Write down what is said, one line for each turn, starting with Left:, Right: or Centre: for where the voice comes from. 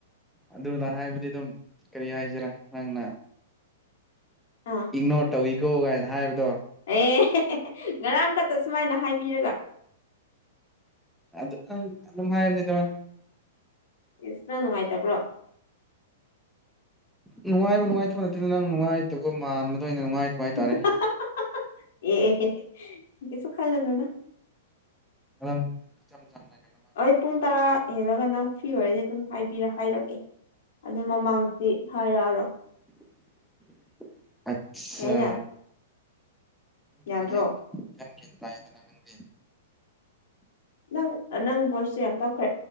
Centre: ꯑꯗꯨ ꯑꯥꯗ ꯍꯥꯏꯕꯗꯤ ꯗꯨꯝ ꯀꯔꯤ ꯍꯥꯏꯁꯤꯔꯥ ꯅꯪꯅ
Left: ꯑꯥ
Centre: ꯏꯛꯅꯣꯔ ꯇꯧꯏꯀꯣ ꯀꯥꯏꯅ ꯍꯥꯏꯕ
Left: ꯑꯦ ꯍꯦꯍꯦ ꯉꯔꯥꯡ ꯈꯛꯇ ꯁꯨꯃꯥꯏꯅ ꯍꯥꯏꯕꯤꯔꯒ
Centre: ꯑꯗꯨ ꯑꯗꯨꯝ ꯍꯥꯏꯔꯕꯅꯤ ꯇꯧꯋꯦ
Left: ꯏꯁ ꯅꯪ ꯅꯨꯡꯉꯥꯏꯇꯕ꯭ꯔꯣ
Centre: ꯅꯨꯡꯉꯥꯏꯕ ꯅꯨꯡꯉꯥꯏꯇꯕ ꯅꯠꯇꯦ ꯅꯪ ꯅꯨꯡꯉꯥꯏꯇꯕ ꯃꯥꯟꯕꯗꯣ ꯑꯩꯅ ꯅꯨꯡꯉꯥꯏꯇꯕ ꯍꯥꯏꯇꯥꯔꯦ
Left: <unintelligible> ꯑꯦ ꯑꯦ ꯀꯩꯁꯨ ꯈꯜꯂꯨꯅꯨꯗ
Centre: ꯑꯗꯨꯝ ꯏꯆꯝ ꯆꯝꯅ ꯀꯩꯅꯣꯃ
Left: ꯍꯣꯏ ꯄꯨꯡ ꯇꯔꯥ ꯍꯦꯜꯂꯒ ꯅꯪ ꯐ꯭꯭ꯔꯤ ꯑꯣꯏꯔꯗꯤ ꯑꯗꯨꯝ ꯍꯥꯏꯕꯤꯔ ꯍꯥꯏꯔꯛꯀꯦ ꯑꯗꯨ ꯃꯃꯥꯡꯗꯗꯤ ꯍꯥꯏꯔꯛꯑꯔꯣꯏ
Centre: <inaudible> ꯑꯠꯁꯥ
Left: ꯌꯥꯏꯅ
Centre: ꯌꯥꯝꯐꯩꯌꯦꯅ
Left: ꯌꯥꯗ꯭ꯔꯣ
Centre: ꯌꯥꯝ ꯒ꯭ꯌꯥꯟ ꯇꯥꯏꯌꯦꯗꯅ ꯅꯪꯗꯤ
Left: ꯅꯪ ꯅꯪ ꯚꯣꯏꯁꯇꯨ ꯌꯥꯝ ꯇꯞꯈ꯭ꯔꯦ